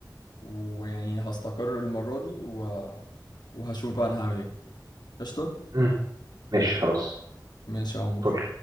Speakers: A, on the left; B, on the right.
A: ويعني هستقر المره دي و... وهشوف بقى انا هعمل ايه قشطه
B: م. ماشي خلاص
A: ماشي يا عمور
B: فل